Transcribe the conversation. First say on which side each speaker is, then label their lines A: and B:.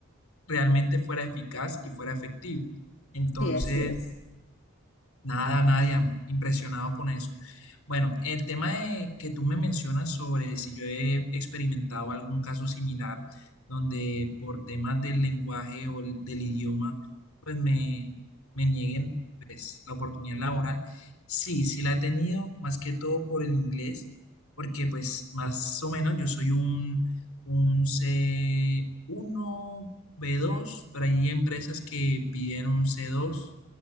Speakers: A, on the left; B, on the left.
A: realmente fuera eficaz y fuera efectivo. Entonces,
B: Sí, así es.
A: Nada, nadie, impresionado con eso. Bueno, el tema de que tú me mencionas sobre si yo he experimentado algún caso similar donde por temas del lenguaje o el- del idioma, pues me, me nieguen pues, la oportunidad laboral. Sí, sí la he tenido, más que todo por el inglés, porque pues más o menos yo soy un, un c uno b dos pero hay empresas que piden un c dos